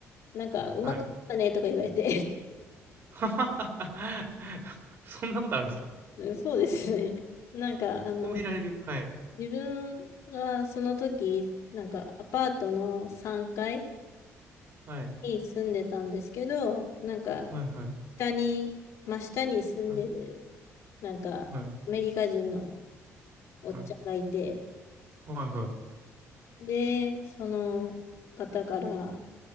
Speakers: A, on the left; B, on the right.
A: なんか、うまくいったねとか言われて
B: はい。<laughs> ははははそんなことあるんですか
A: <laughs> うんそうですね。なんか、あの、
B: 褒められるはい、
A: 自分はその時、なんかアパートの3階
B: はい、
A: に住んでたんですけど、なんか、
B: はい、はい、
A: 下に、真下に住んでる、
B: はい、
A: なんか、
B: はい、
A: アメリカ人のおっちゃんがいて、
B: はい、はい、はい。
A: で、その方から、